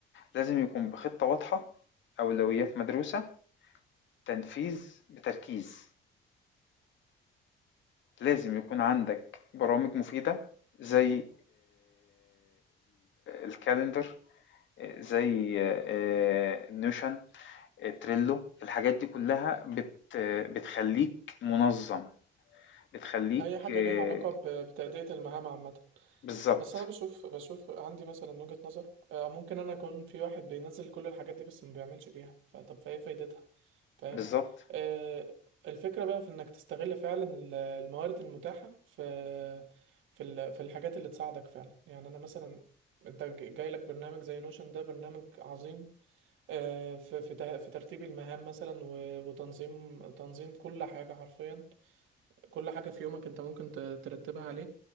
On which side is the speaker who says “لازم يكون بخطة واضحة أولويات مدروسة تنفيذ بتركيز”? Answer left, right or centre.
Left